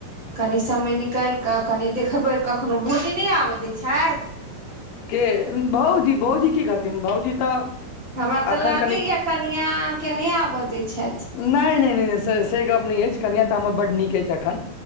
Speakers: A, on the right (about 35°); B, on the left (about 80°).
A: कनि समय निकालि कऽ कनि देखबै कखनो भोजने आबय दै छथि
B: के भउजी भउजी की कहथिन भउजी तऽ
A: हमरा तऽ
B: एखन
A: लागैया
B: कनि
A: कनिया के नहि आबऽ दय छथि
B: नहि नहि नहि नहि से गप नहि अछि कनि तऽ हमर बड्ड नीक अछि एखन